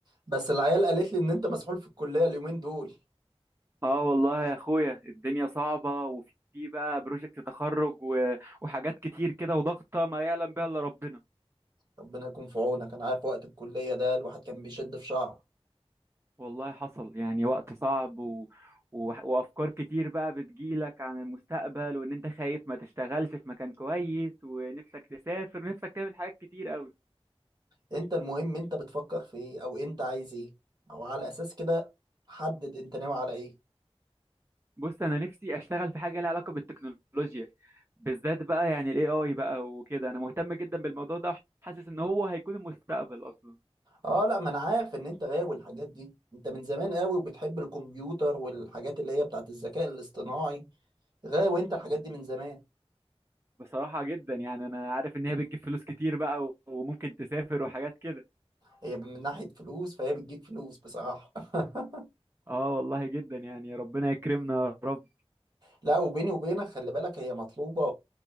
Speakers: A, on the right (about 40°); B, on the right (about 25°).
A: بس العيال قالت لي ان انت مسحول في الكلية اليومين دول
B: اه والله يا اخويا الدنيا صعبة وفي بقى بروجكت تخرج و- وحاجات كتير كده وضغطة ما يعلم بها الا ربنا
A: ربنا يكون في عونك انا عارف وقت الكلية ده الواحد كان بيشد في شعره
B: والله حصل يعني وقت صعب و... و... وافكار كتير بقى بتجيلك عن المستقبل وان انت خايف ما تشتغلش في مكان كويس ونفسك تسافر ونفسك تعمل حاجات كتير قوي
A: انت المهم انت بتفكر في ايه او انت عايز ايه او على اساس كده حدد انت ناوي على ايه
B: بص انا نفسي اشتغل في حاجة لها علاقة بالتكنولوجيا بالذات بقى يعني الاي اي بقى وكده انا مهتم جدا بالموضوع ده وحاسس ان هو هيكون المستقبل اصلا
A: اه لا ما انا عارف ان انت غاوي الحاجات دي انت من زمان قوي وبتحب الكمبيوتر والحاجات اللي هي بتاعت الذكاء الاصطناعي غاوي انت الحاجات دي من زمان
B: بصراحة جدا يعني أنا عارف إن هي بتجيب فلوس كتير بقى و- وممكن تسافر وحاجات كده
A: هي من ناحية فلوس فهي بتجيب فلوس بصراحة <laughs>
B: آه والله جدا يعني ربنا يكرمنا يا رب
A: لا وبيني وبينك خلي بالك هي مطلوبة